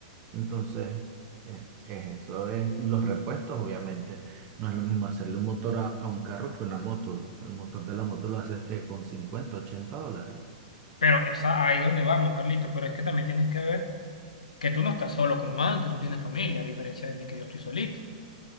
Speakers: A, on the right; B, on the left.
A: Entonces, eh, eh, eso es los repuestos, obviamente. No es lo mismo hacerle un motor a, a un carro que una moto. El motor de la moto lo haces que con cincuenta ochenta dólares.
B: pero esa ahí donde vamos, Carlito, pero es que también tienes que ver que tú no estás solo como antes, tú tienes familia, a diferencia de mí que yo estoy solito.